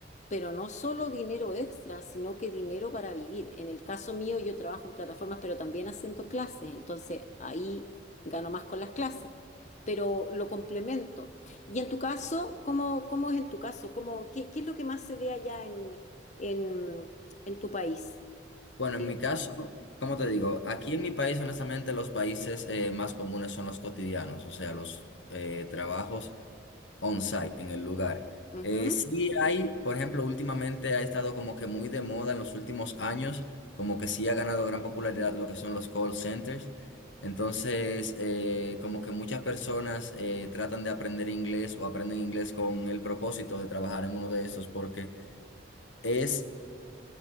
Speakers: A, on the left; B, on the left.
A: pero no solo dinero extra, sino que dinero para vivir. En el caso mío yo trabajo en plataformas, pero también haciendo clases, entonces ahí gano más con las clases, pero lo complemento. Y en tu caso, ¿cómo, cómo es en tu caso? ¿Cómo, qué, qué es lo que más se ve allá en, en, en tu país?
B: Bueno,
A: Eh,
B: en mi caso, como te digo, aquí en mi país, honestamente, los países eh, más comunes son los cotidianos, o sea, los eh, trabajos. on-site en el lugar.
A: ujú,
B: Eh, sí hay, por ejemplo, últimamente ha estado como que muy de moda en los últimos años, como que sí ha ganado gran popularidad lo que son los call centers. Entonces, eh, como que muchas personas eh, tratan de aprender inglés o aprenden inglés con el propósito de trabajar en uno de esos porque es